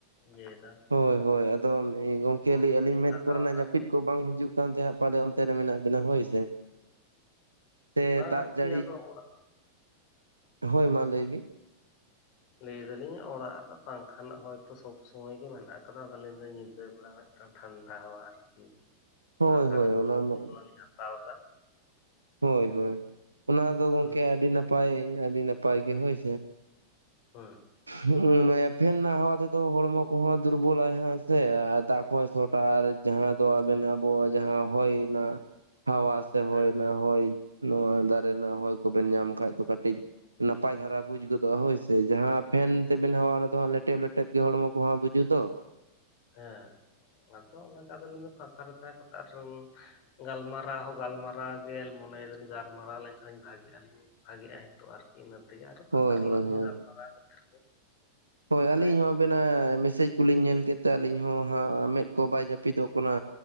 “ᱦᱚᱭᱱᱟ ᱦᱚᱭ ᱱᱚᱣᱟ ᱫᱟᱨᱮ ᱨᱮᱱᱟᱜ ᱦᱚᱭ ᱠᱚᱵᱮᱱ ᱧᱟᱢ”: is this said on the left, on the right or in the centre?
Right